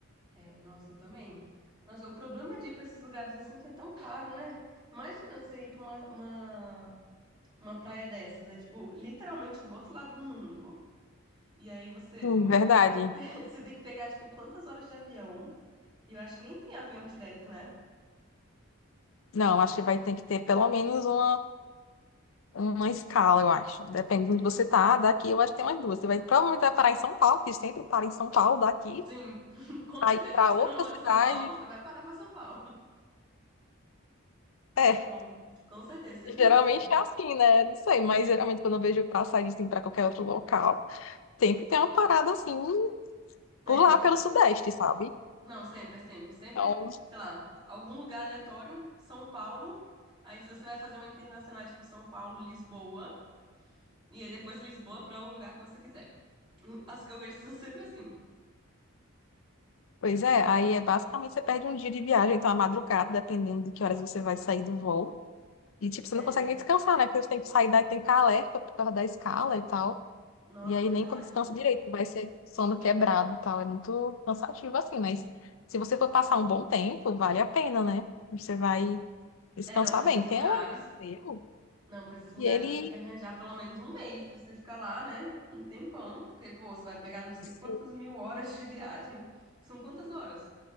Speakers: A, on the right; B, on the left.
A: É, nossa, eu também. Nossa, o problema de ir pra esses lugares assim que é tão caro, né? Imagina você ir pra uma, uma, uma praia dessas, é tipo, literalmente do outro lado do mundo. E aí você
B: Sim,
A: hum,
B: verdade.
A: tem que, pe- <laughs> você tem que pegar, tipo, quantas horas de avião? E eu acho que nem tem avião direto, né?
B: Não, acho que vai ter que ter pelo menos uma, uma escala, eu acho. Depende de
A: É.
B: onde você tá, daqui eu acho que tem umas duas. Você vai provavelmente vai parar em São Paulo, que sempre para em São Paulo, daqui,
A: Sim, <laughs> com
B: aí
A: certeza.
B: pra
A: Se você
B: outra
A: não mora
B: cidade.
A: em São Paulo, você vai parar pra São Paulo.
B: É,
A: Não, com certeza, sempre
B: geralmente
A: isso.
B: é assim, né? Não sei, mas geralmente quando eu vejo passar assim pra qualquer outro local, sempre tem uma parada assim,
A: Sempre.
B: por lá pelo Sudeste, sabe?
A: Não, sempre, é sempre, sempre,
B: Então,
A: sei lá, algum lugar aleatório, São Paulo. Aí se você vai fazer uma internacional, é tipo São Paulo, Lisboa, e aí depois Lisboa para o lugar que você quiser. <laughs> As que eu vejo são sempre assim.
B: Pois é, aí é basicamente você perde um dia de viagem, então a madrugada, dependendo de que horas você vai sair do voo. E tipo, você
A: É,
B: não consegue nem descansar, né? Porque você tem que sair daí, tem que ficar alerta por causa da escala e tal.
A: nossa,
B: E aí
A: verdade?
B: nem quando descansa direito, vai ser sono quebrado e tal. É muito cansativo assim, mas se você for passar um bom tempo, vale a pena, né? Você vai descansar
A: É, não, para
B: bem.
A: esses
B: Tem
A: lugares.
B: um amigo meu
A: Não, para esses lugares
B: e ele,
A: você tem que arranjar pelo menos um mês para você ficar lá, né? Um tempão, porque pô, você vai pegar não sei
B: sim,
A: quantas mil horas de viagem. São quantas horas?